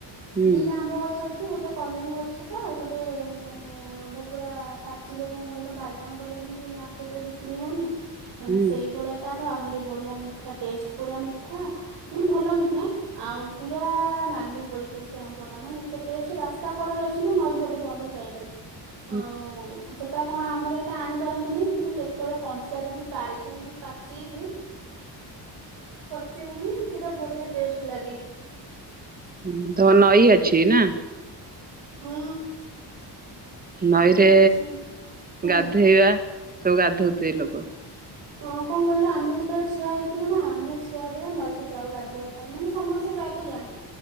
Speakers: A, on the right; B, on the right.
A: ହୁଁ
B: ଦିଟା ଆମ୍ବ ଗଛ ଅଛି ଗୋଟେ କଲିମି ଗଛ ଟା ଆଉ ଗୋଟେ ମାନେ ଆମ୍ବ ପୁରା ପାଚିଲେ କଣ କହିଲ ବାଇଗଣ ପଲେଇ ଯେମି <unintelligible> ମାର୍କେଟରେ ବିକ୍ରି ହଉନି ମାନେ
A: ହୁଁ
B: ସେଇଭଳିଆ ତାଠୁ ଆହୁରି ବଢ଼ିଆ ମିଠା ଟେଷ୍ଟ ପୁରା ମିଠା ମାନେ ଭଲ ମିଠା ଆଉ ପୁରା ନାଲି ପଡ଼ିଯିବ ସେ ଆମ୍ବ ଟା ମାନେ ଏତେ ଟେଷ୍ଟ ରାସ୍ତା କଡ଼ରେ ଅଛି ନା ନଈପଟ ବନ୍ଧ ସାଇଡ ରେ।
A: <unintelligible>
B: ଆଉ ସେଟା କଣ ଆମର ଏତେ ଆଣିପାରନ୍ତିନି କିନ୍ତୁ କେ ତେବେଳେ କଞ୍ଚା ଯଦି ପାରିକି ଆଣିକି ପାଚେଇବେ ପଚେଇନି ସେଟା ବଢ଼ିଆ ଟେଷ୍ଟ ଲାଗେ।
A: ହୁଁ ଧ ନଈ ଅଛି ନା?
B: ହୁଁ।
A: ନଈରେ
B: ଅଛି ହୁଁ
A: ଗାଧେଇବା ସବୁ ଗାଧୋଉଥିବେ ଲୋକ।
B: ହଁ କଣ କହିଲ ଆମେ ଯେତେବେଳେ ଛୁଆ ହେଇଥିଲୁ ନା ଆମେ ଛୁଆ ବେଳେ ନଈ କୁ ଯାଉ ଗାଧୋଇବା ପାଇଁ ମାନେ ସମସ୍ତେ ପ୍ରାୟତଃ ଯାଆ ତି